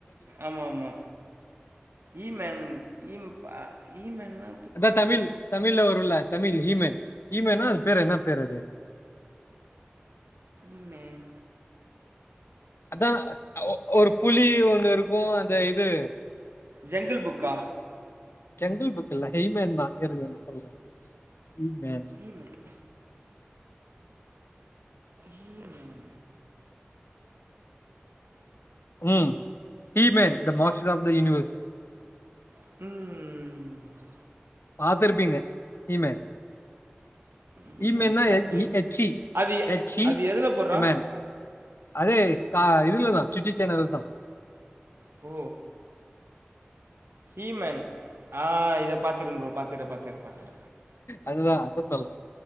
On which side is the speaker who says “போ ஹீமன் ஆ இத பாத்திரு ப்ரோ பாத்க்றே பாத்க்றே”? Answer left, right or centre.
Right